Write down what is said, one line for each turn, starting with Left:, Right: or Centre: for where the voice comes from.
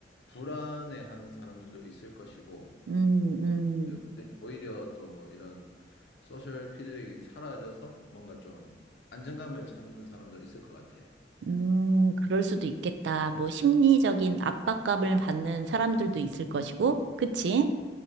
Left: 불안해하는 사람들도 있을 것이고,
Right: 음,
Left: 어,
Right: 음,
Left: 저- 오히려 또 뭐 이런 소셜 피드백이 사라져서 뭔가 좀 안정감을 찾는 사람도 있을 것 같아.
Right: 음, 그럴 수도 있겠다. 뭐, 심리적인 압박감을 받는 사람들도 있을 것이고. 그치?